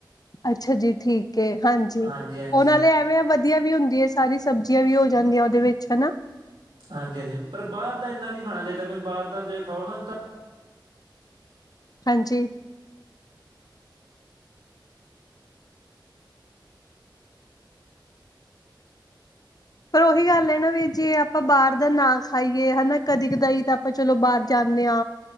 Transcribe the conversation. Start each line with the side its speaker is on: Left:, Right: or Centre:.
Left: ਅੱਛਾ ਜੀ, ਠੀਕ ਏ, ਹਾਂਜੀ।
Right: ਹਾਂਜੀ-ਹਾਂਜੀ,
Left: ਓ ਨਾਲੇ ਐਵੇਂ ਵਧੀਆ ਵੀ ਹੁੰਦੀ ਏ - ਸਾਰੀ ਸਬਜ਼ੀਆਂ ਵੀ ਹੋ ਜਾਂਦੀਆਂ ਓਦੇ ਵਿੱਚ ਹਨਾ।
Right: ਹਾਂਜੀ- ਹਾਂਜੀ ਪਰ ਬਾਰ ਦਾ ਇੰਨਾ ਨੀ ਖਾਣਾ ਚਾਈਦਾ ਬਈ ਬਾਰ ਦਾ ਜੇ ਖਾਉ ਨਾ ਤਾਂ
Left: ਹਾਂਜੀ। ਪਰ ਓਹੀ ਗੱਲ ਐ ਨਾ ਵੀਰ ਜੀ ਆਪਾਂ ਬਾਰ ਦਾ ਨਾ ਖਾਈਏ ਹਨਾ, ਕਦੇ ਕਦਾਈ ਤਾਂ ਆਪਾਂ ਚਲੋ ਬਾਰ ਜਾਨੇ ਆ